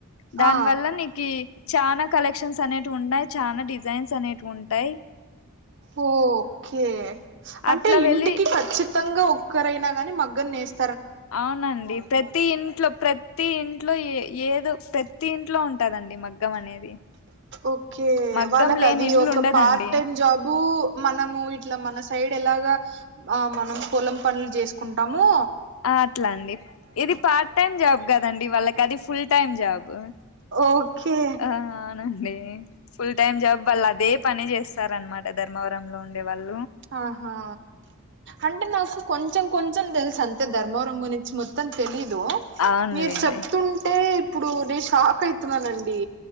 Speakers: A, on the left; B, on the right.
A: దాని
B: ఆ
A: వల్ల నీకి చానా కలెక్షన్స్ అనేటివి వుండాయ్ చాలా డిజైన్స్ అనేటివి ఉన్ టాయి
B: ఓ ఓకే అంటే
A: అట్లా
B: ఇంటికి
A: వెళ్ళి
B: ఖచ్చి త్తంగా ఒక్కరైనాగానీ మగ్గం నేస్
A: అవునండి ప్రతి ఇంట్లో ప్రతి ఇంట్లో ఏ ఏదో ప్రతి ఇంట్లో ఉంటదండి మగ్గం అనేది
B: ఓకే
A: మగ్గం
B: వాళ్ళకు
A: లేని
B: అది
A: ఇండ్లు
B: ఒక
A: ఉండదండి
B: పార్ట్ టైం జాబు మనము ఇట్లా మన సైడ్ ఎలాగా మనం పొలం పనులు చేసుకున్ కుంటాము
A: అట్లా అండి ఇది పార్ట్ టైం జాబ్ కదండి వాళ్ళకి అది ఫుల్ టైం జాబ్
B: ఓకే
A: ఆ అండి ఫుల్ టైమ్ జాబ్ వాళ్ళు అదే పని చేస్తారన్నమాట ధర్మవరంలో ఉండేవాళ్ళు
B: ఆహా అంటే నాకు కొం చెం కొంచెం తెల్ అంతే ధర్మవరం గురించి మొత్తం తెలీదు.
A: అవునులేండి
B: మీరు చెప్తుంటే ఇప్పుడు నేను షాక్ అయితున్నానండి.